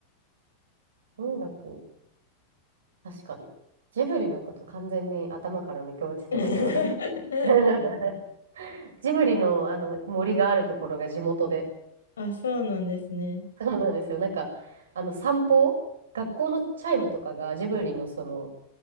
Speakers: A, on the right (about 65°); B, on the left (about 70°).
A: 音楽、確かに。ジブリのこと完全に頭から抜け落ちてたけどね、
B: <laughs>
A: 私 <laughs> ジブリの、あの森があるところが地元で。
B: あ、そうなんですね。
A: そうなんですよ。なんか、あの散歩、学校のチャイムとかがジブリのその、